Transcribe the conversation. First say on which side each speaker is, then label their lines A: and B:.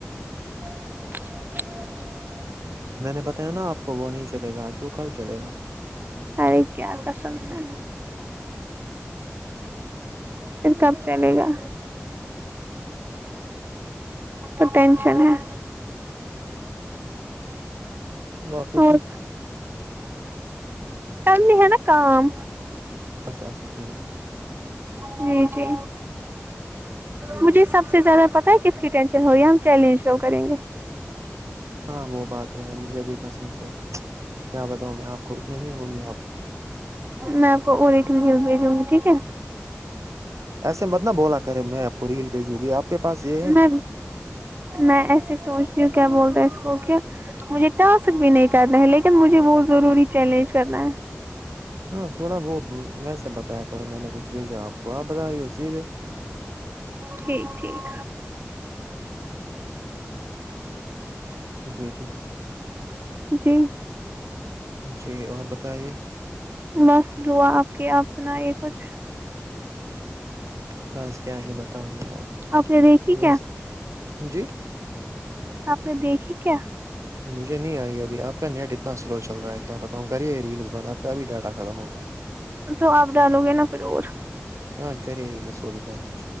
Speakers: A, on the right; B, on the right.
A: چچف
B: میں نے بتایا نا آپ کو وہ نہیں چلے گا آج وہ کل چلے گا
A: ارے کیا کرسم سے پھر کب چلے گا تو ٹینشن ہے
B: ن پ تھ
A: اور کرنے ہے نا کام
B: اچھا اچھا ٹھیک
A: ہوں جی مجھے سب سے زیادہ پتا ہے کس کی ٹینشن ہو رہی ہے ہم چیلنج کی کریں گے
B: ہاں وہ بات تو ہے مجھے بھی کسم سے ہے کیا بتاؤ میں آپ کو اتنی نہیں ہوگی آپ
A: میں آپ کو اور ایکٹ ویی بھیجوں گی ٹھیک ہے
B: ایسے مت نہ بولا کرے میں آپ کو ریل بھیجوں گی آپ کے پاس یہ
A: ہوں
B: ہے
A: میں میں ایسے سوچ رہی ہوں کیا بول رہا ہے اس کو کہ مجھے ٹاسک بھی نہیں کرنا ہے لیکن مجھے وہ ضروری چیلنج کرنا ہے
B: ہاں تھوڑا وہ ویسے بتایا کرو میں نے کچھ بھیجا آپ کو آپ بتا رہی ہو سیدھے
A: ٹھیک ٹھیک
B: جی جی
A: جی
B: جی اور بتائیے
A: بس دعا آپ کی آپ سنا یہ کچھ
B: بس کیا ہی بتاؤں گی یار
A: آپ نے دیکھیھی
B: ویسے
A: کیا
B: جی
A: آپ نے دیکھی کیا
B: مجھے نہیں آئی ابھیپ کا نیٹ اتنا سلو چل رہا ہے کیا بتاؤں گ یہ ریلس بند آپ کا ابھی ڈاٹا ا ختم ہوگا
A: تو آپ ڈالو گے نا پھر اور
B: ہاں کر ہی گ س ہو بھی بھی بند